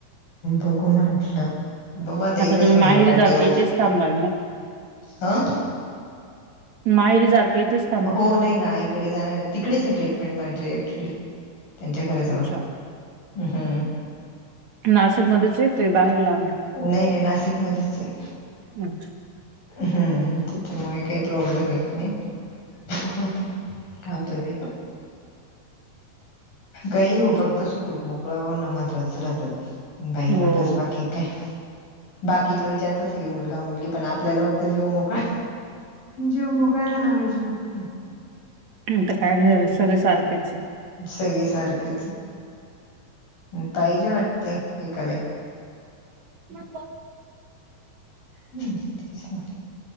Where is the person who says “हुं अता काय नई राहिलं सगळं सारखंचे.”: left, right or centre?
Right